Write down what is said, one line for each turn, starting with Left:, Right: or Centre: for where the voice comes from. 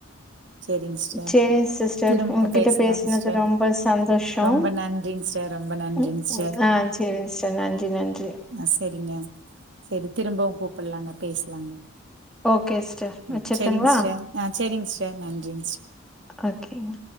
Right: சேரிங்க சிஸ்டர்
Centre: சேரிங் சிஸ்டர்
Right: திரும்ப
Centre: உங்ககிட்ட
Right: பேசலாங்க
Centre: பேசுனது
Right: சிஸ்டர்
Centre: ரொம்ப சந்தோஷோ
Right: ரொம்ப நன் றிங்க சிஸ்டர் ரொம்ப நன்றிங்க
Centre: ம்
Right: சிஸ்டர்
Centre: ஆ சேரிங் சிஸ்டர் நன்றி நன்றி
Right: ஆ சரிங்க சரி திரும்பவு கூப்டலாங்க பேசலாங்க
Centre: ஓகே சிஸ்டர் வச்சிரட்டுங்களா
Right: ம் சேரிங் சிஸ்டர் ஆ சேரிங்க சிஸ்டர் நன்றிங்க
Centre: ஓகேங்க